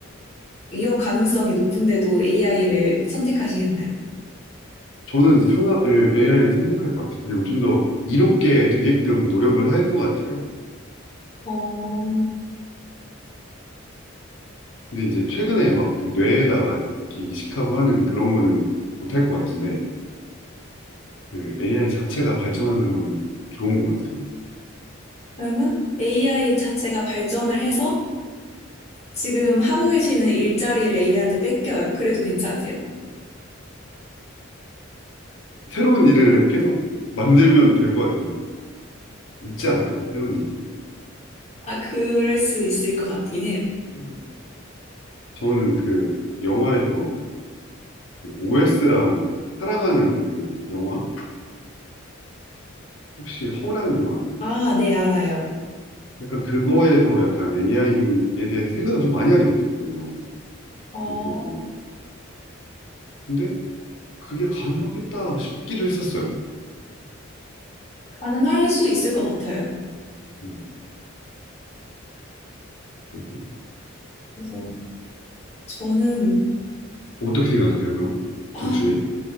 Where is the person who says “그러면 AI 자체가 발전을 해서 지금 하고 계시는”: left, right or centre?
Left